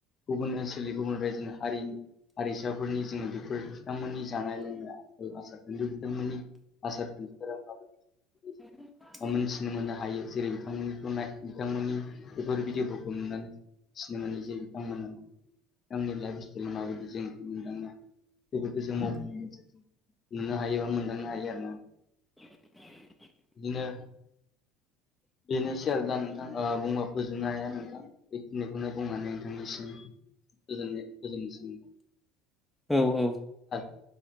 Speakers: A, on the left (about 35°); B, in the centre.
A: गुबुन ओनसोलनि गुबुन रायजोनि हारिनि हारिसाफोरनि जोङो बेफोर बिथांमोननि जानाय लोंनाय <unintelligible> बिथांमोननि आसार खान्थिफोरा <unintelligible>
B: <inaudible>
A: मोनथिनो मोननो हायो जेरै बिथांमोननिखौ नाय बिथांमोननि बेफोर भिदिअफोरखौ नुनानै फिनो मोनो जे बिथांमोना आंनि लाइफ <unintelligible> जों मोनदाङा बेफोरखौ जों <unintelligible> नुनो हायोबा मोनदांनो हायो आरो ना
B: <inaudible>
A: बिदिनो बेनोसै आरो दा नोंथां ओ बुंबा फोजोबनो हाया नोंथां बेखिनिखौनो बुंनानै नोंथांनिसिम‌ गोजोन्नाय गोजोन
B: औ औ
A: <unintelligible>